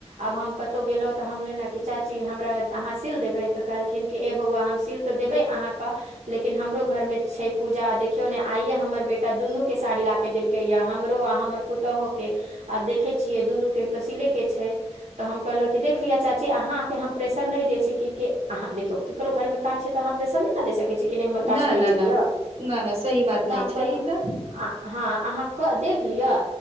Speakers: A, on the right (about 80°); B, on the right (about 60°).
A: आब हम कतौ गेलौं तऽ हमले ने कि चाची हमरा अहाँ सिल देबै तऽ कहलखिन कि ए बौआ हम सिल तऽ देबै कहां क लेकिन हमरो घर मे छै पूजा देखियौ ने आइे हमर बेटा दुनू के साड़ी ला के देलकै या हमरो आ हमर पुतौहु के आब देखै छियै दुनू के त सीले के छै तऽ हम कहलौं कि देख लिअ चाची अहाँके हम प्रेशर नय दै छी कि अहाँ देखियौ केकरो घर मे काज छै तऽ आहां प्रेसर नय ने दे सै छिय कि नय हमर काज
B: न
A: करिये
B: न न
A: दिय
B: न न सही बात
A: त हम
B: नहि
A: कहलौं
B: छै ई तऽ
A: अहाँ देख लिअ